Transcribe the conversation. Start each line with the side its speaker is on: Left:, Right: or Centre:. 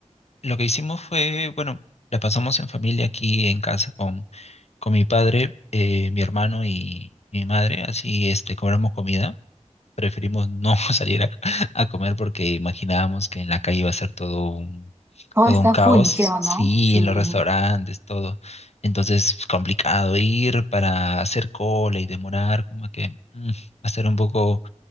Left: lo que hicimos fue, bueno, la pasamos en familia aquí en casa con, con mi padre, eh, mi hermano y, y mi madre, así este, cobramos comida preferimos no <laughs> salir a, a comer porque imaginábamos que en la calle iba a ser todo un,
Right: Todo
Left: todo
Right: está
Left: un caos,
Right: full, creo,
Left: sí,
Right: ¿no? Sí.
Left: en los restaurantes, todo. Entonces, es complicado ir para hacer cola y demorar, como que mm, va a ser un poco,